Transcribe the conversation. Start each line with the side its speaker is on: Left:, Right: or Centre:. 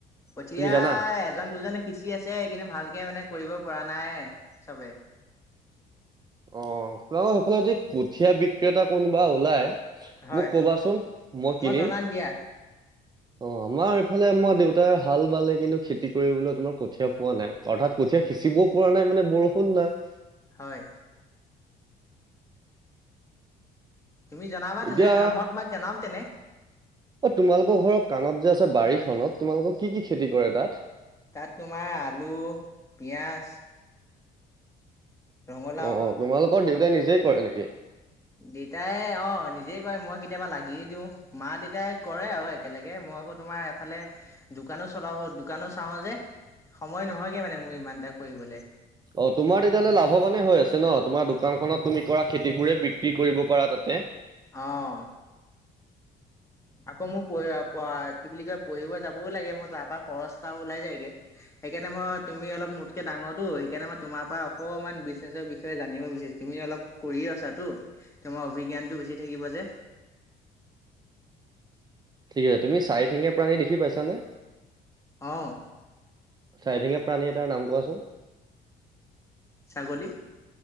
Left: কঠিয়া,
Right: তুমি জানা
Left: এজন দুজনে সিঁচি আছে। কিন্তু ভালকে মানে কৰিব পৰা নাই। নাই চবে।
Right: অ' তোমালোকৰ সেইফালে যদি কঠিয়া বিক্ৰেতা কোনোবা ওলাই
Left: হয়
Right: মোক কবাচোন, মই কিনিম।
Left: জনাম দিয়া
Right: অ' আমাৰ এইফালে আমাৰ দেউতাই হাল বালে, কিন্তু খেতি কৰিবলৈ তোমাৰ কঠীয়া পোৱা নাই। অৰ্থাৎ কঠীয়া সিঁচিবও পৰা নাই মানে বৰষুণ নাই।
Left: হয়! তুমি জনাবা তেনে
Right: এতিয়া,
Left: মই তোমাক জনাম তেনে
Right: অ' তোমালোকৰ ঘৰৰ কাণত যে আছে বাৰিখ নত, তোমালোকৰ কি কি খেতি কৰে তাত?
Left: তাত তোমাৰ আলু পিঁয়াজ ৰঙালাও
Right: অ' অ' তোমালো ৰ‌ দেউতাই নিজেই কৰে নেকি?
Left: দেউতাই অ নিজেই কৰে, মই কেতিয়াবা লাগিয়ে দিওঁ। মা দেউতাই কৰে আৰু একেলগে, মই আকৌ তোমাৰ এফালে দোকানোঁ চলাব দোকানোঁ চাওঁ যে । সময় নহয়গে মানে, মোৰ ইমান এটা পঢ়িবলে।
Right: অ' তোমাৰ তেতিয়াহ'লে লাভৱানে হৈ আছে ন, তোমাৰ দোকানখনত তুমি কৰা খেতিবোৰে, বিক ক্ৰী কৰিব পাৰা তাতে।
Left: অহ। আকৌ মোক কহ আ। বা কি বুলি কয় পঢ়িব যাব। কবও লাগে মই তাৰ পৰা খৰচ এটা ওলাই যায়গে সেইকাৰণে মই। তুমি অলপ মোতকে‌ ডাঙৰতো। সেইকাৰণে মই তোমাৰ পৰা অকমান বিজনেছৰ বিষয়ে জানিব বিচাৰিছো। তুমি অলপ কৰিয়ে আছাতো তোমাৰ অভিজ্ঞানতটো বেছি থাকিব যে।
Right: ঠিক আছে তুমি চাৰিঠেঙীয়া প্ৰাণী দেখি পাইছানে।
Left: অ।
Right: চাৰিঠেঙীয়া প্ৰাণী এটাৰ নাম কোৱাচোন।
Left: ছাগলী।